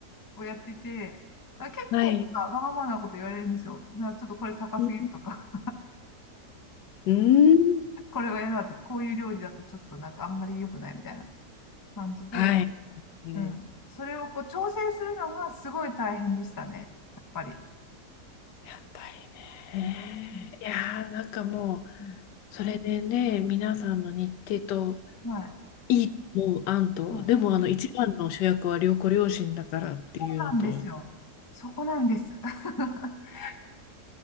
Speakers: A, on the left; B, on the left.
A: をやっていて、あ、結構なんかわがままなこと言われるんですよ。
B: はい。
A: なちょっとこれ高すぎるとか、
B: うん。うん
A: <laughs> これは嫌だと、こういう料理だとちょっとなんかあんまり良くないみたいな感じで、
B: はい。ね
A: うん。それをこう調整するのがすごい大変でしたね。やっぱり。
B: やっぱりね。
A: うん
B: いやー、なんかもう、
A: うん
B: それでね、皆さんの日程と、
A: はい。
B: いいと思う案と、
A: うん
B: でもあの、一番の主役は良子両親だからっていうのと、
A: そうなんですよ。そこなんです。<laughs>